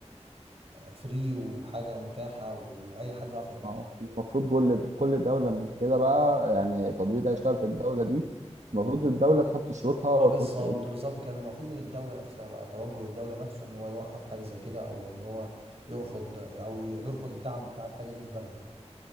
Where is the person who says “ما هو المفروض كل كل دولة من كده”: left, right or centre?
Right